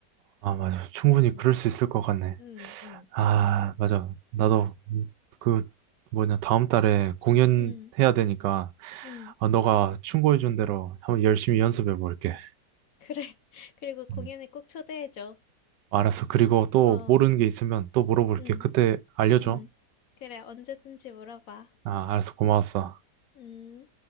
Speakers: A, on the right (about 80°); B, on the left (about 60°).
A: 아, 맞아. 충분히
B: 음,
A: 그럴 수 있을 것 같네.
B: 음, 음,
A: 아, 맞아. 나도 그 뭐냐, 다음 달에 공연
B: 음,
A: 해야 되니까,
B: 음.
A: 아, 너가 충고해준 대로 한번 열심히 연습해 볼게.
B: 그래. <laughs> 그리고 공연에
A: 음,
B: 꼭 초대해줘.
A: 알았어. 그리고 또
B: 어,
A: 모르는 게 있으면 또 물어볼게.
B: 음,
A: 그때 알려줘.
B: 음. 그래, 언제든지 물어봐.
A: 아, 알았어. 고마웠어.
B: 음.